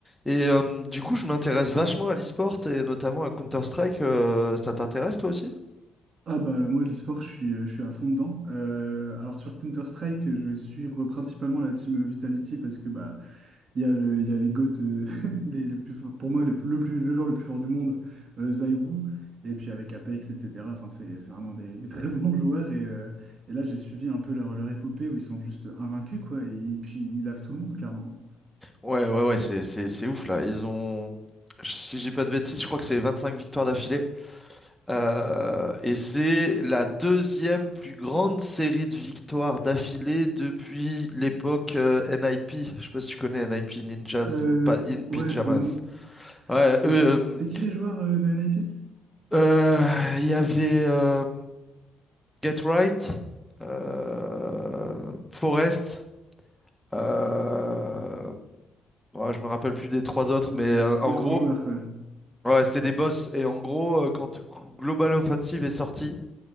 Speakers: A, in the centre; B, on the right.
A: Et euh, du coup, je m'intéresse vachement à l'e-sport et notamment à Counter-Strike. euh, ça t'intéresse toi aussi?
B: Ah bah moi l'e-sport je suis, je suis à fond dedans. Euh, alors sur Counter-Strike je vais suivre principalement la team Vitality parce que bah il y a le, il y a les GOAT euh, <laughs> les, les plus forts- pour moi les plus- le, plus, le joueur le plus fort du monde euh, Zai Wu. et puis avec Apex etc. Enfin c'est c'est vraiment des, des <laughs> très bons joueurs et, euh, et là j'ai suivi un peu leur, leur épopée où ils sont juste invaincus quoi et, puis ils lavent tout le monde clairement.
A: Ouais, ouais, ouais, c'est, c'est, c'est ouf là. Ils ont, si je dis pas de bêtises, je crois que c'est 25 victoires d'affilée. Euh, et c'est la deuxième plus grande série de victoires d'affilée depuis l'époque euh, NIP. Je sais pas si tu connais NIP Ninjas
B: Euh,
A: in, Pa- in
B: ouais
A: Pyjamas.
B: de nom.
A: Ouais,
B: C'était
A: eux, euh,
B: c'était qui les joueurs euh, de NIP?
A: euh, il y avait. euh, Get Right, euh, Forest, euh, ouais, je me rappelle plus des trois autres,
B: Ouais,
A: mais euh,
B: mais des
A: en
B: grands
A: gros,
B: joueurs quoi.
A: ouais, c'était des boss. Et en gros, euh, quand Global Offensive est sorti,